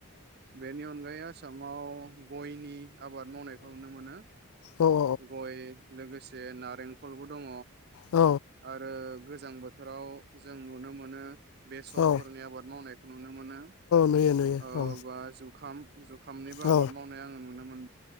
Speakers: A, on the right; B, on the left.
A: बेनि अनगायै आसामाव गयनि आबाद मावनायखौ नुनो मोनो
B: औ
A: गय लोगोसे लोगोसे नारेंखलबो दङ।
B: औ
A: आरो गोजां बोथोराव जों नुनो मोनो बेसरफोरनि
B: औ
A: आबाद मावनायखौ। नुनो मोनो
B: नुयो नुयो
A: ओ बा जुखाम। जुखामनिबो
B: औ
A: आबाद मावनाय आङो नुनो मोन